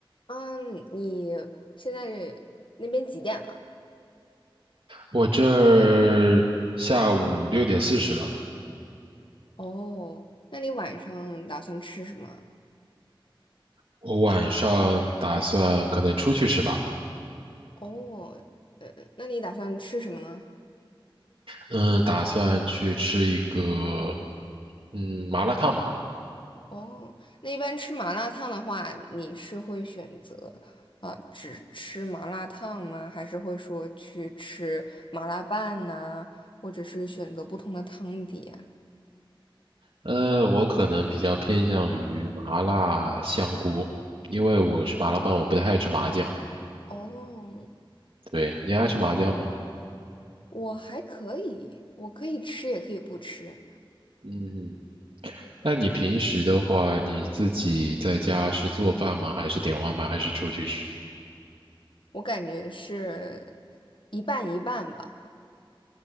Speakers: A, on the left; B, on the right.
A: 嗯，你现在那边几点了？
B: 我这儿下午六点四十了，
A: 哦，那你晚上打算吃什么啊
B: 我晚上打算可能出去吃吧，
A: 哦，呃，那你打算吃什么呢？
B: 嗯，打算去吃一个嗯麻辣烫吧，
A: 哦，那一般吃麻辣烫的话，你是会选择啊、只吃麻辣烫吗？还是会说去吃麻辣拌呐、或者是选择不同的汤底啊？
B: 呃，我可能比较偏向于麻辣香锅，因为我吃麻辣拌我不太爱吃麻酱，
A: 哦，
B: 对，你爱吃麻酱吗？
A: 我还可以，我可以吃也可以不吃，
B: 嗯，那你平时的话，你自己在家是做饭吗？还是点外卖？还是出去吃？
A: 我感觉是一半一半吧。